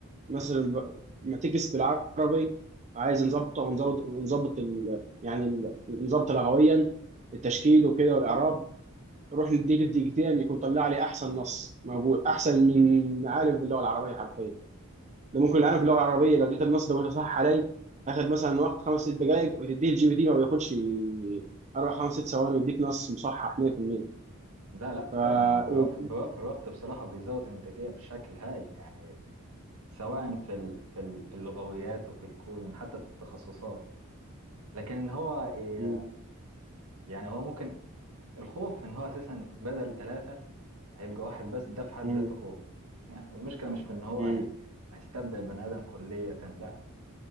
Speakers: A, on the right; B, on the right.
A: مثلا ب- ما تكس بالعربي عايز نظبطه ونزود ونظبط ال... يعني ال- نظبطه لغويا التشكيل وكده والإعراب روح نديك الدقيقتين يكون طلع لي أحسن نص موجود أحسن من عالم باللغة العربية حرفيا ده ممكن العالم في اللغه العربيه لو اديت النص لو صح علي هاخد مثلا وقت خمس ست دقائق وتديه الجي بي تي ما بياخدش اربع خمس ست ثواني ويديك نص مصحح 100%
B: لا لا
A: ف
B: فعلا هو بيوفر,
A: و...
B: بيوفر وقت بصراحة بيزود إنتاجية بشكل هايل يعني سواء في ال- في ال- اللغويات وفي الكودين حتى في التخصصات لكن ان هو ي-
A: مم.
B: يعني هو ممكن الخوف ان هو اساسا بدل ثلاثة هيبقى واحد بس ده في حد
A: مم.
B: ذاته خوف يعني المشكلة مش في ان هو
A: مم.
B: هي- هيستبدل بني ادم كلية لا